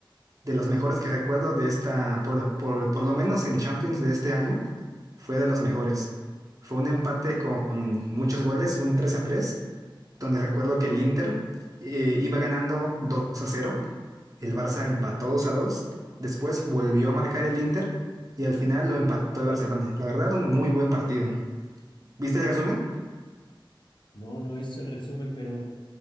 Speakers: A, on the right (about 40°); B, on the left (about 60°).
A: De los mejores que recuerdo de esta, por, por, por lo menos en Champions de este año, fue de los mejores. Fue un empate con muchos goles, un tres a tres. donde recuerdo que el Inter eh, iba ganando 2 a 0, el Barça empató 2 a 2, después volvió a marcar el Inter y al final lo empató el Barcelona. La verdad, un muy buen partido. ¿Viste el resumen?
B: No, no he visto el resumen, pero